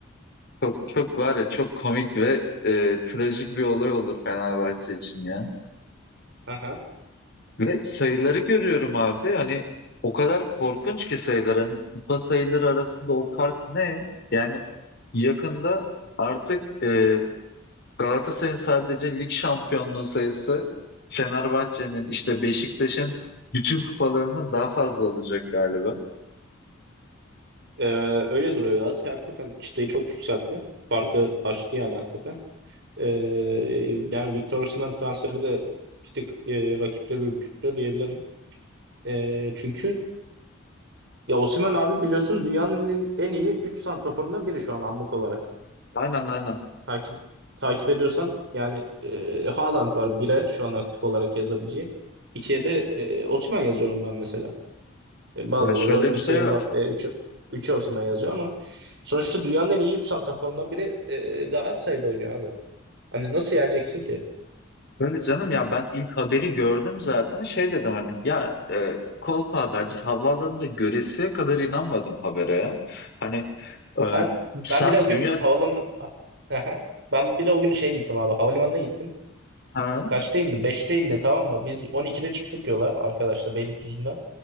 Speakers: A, on the left; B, on the right.
A: Çok çok var ya çok komik ve e, trajik bir olay olur Fenerbahçe için ya.
B: Aha.
A: Ve sayıları görüyorum abi. Hani o kadar korkunç ki sayılar. Hani kupa sayıları arasında o fark ne? Yani yakında artık e, Galatasaray'ın sadece lig şampiyonluğu sayısı Fenerbahçe'nin işte Beşiktaş'ın bütün kupalarından daha fazla olacak galiba.
B: Ee, öyle duruyor Galatasaray hakikaten çıtayı çok yükseltti. Farkı açtı yani hakikaten. Ee, yani Victor Osimhen transferi de bir tık e, rakipleri ürküttü diyebilirim. E, çünkü ya Osimhen abi biliyorsun dünyanın en en iyi 3 santraforundan biri şu an anlık olarak.
A: Aynen aynen.
B: Takip takip ediyorsan yani e, Haaland var bire şu an aktif olarak yazabileceğim. ikiye de e, Osimhen yazıyorum ben mesela. E, bazıları
A: Ya şöyle bir
B: 2'ye
A: şey
B: Mbappe,
A: var.
B: 3'e 3'e Osimhen yazıyor ama sonuçta dünyanın en iyi 3 santraforundan biri e, Galatasaray'da oynuyor abi. Hani nasıl yeneceksin ki?
A: Böyle canım ya ben ilk haberi gördüm zaten şey dedim hani ya e, kolpa haberdir havaalanında göresiye kadar inanmadım habere. ya. Hani e,
B: Ben ben
A: sen
B: bile o gün
A: dünya
B: havalim <laughs> ben bile o gün şeye gittim abi. Havalimanına gittim.
A: ha
B: Kaçta indi? 5'te indi tamam mı? Biz 12'de çıktık yola arkadaşlar Beylikdüzü'nden.